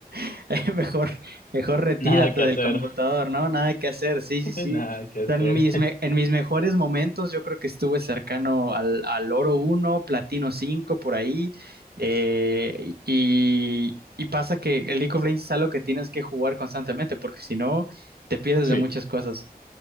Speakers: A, on the right; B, on the left.
A: <laughs> Mejor, mejor retírate
B: Nada que
A: del
B: hacer,
A: computador, ¿no? Nada que hacer, sí, sí,
B: <laughs>
A: sí.
B: nada que
A: O
B: hacer.
A: sea, En mis, me- en mis mejores momentos yo creo que estuve cercano al, al oro uno platino 5 por ahí. eh, y, y pasa que el League of Legends es algo que tienes que jugar constantemente porque si no te pierdes
B: Sí,
A: de muchas cosas.